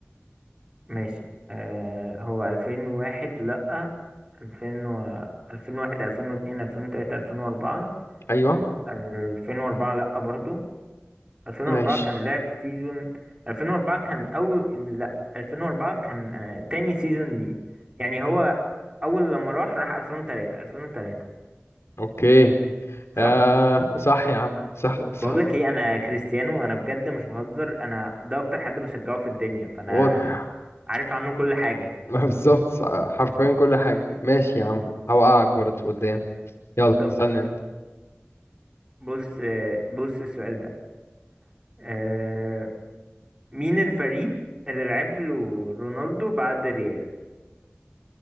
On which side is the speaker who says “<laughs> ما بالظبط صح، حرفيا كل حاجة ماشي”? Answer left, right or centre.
Left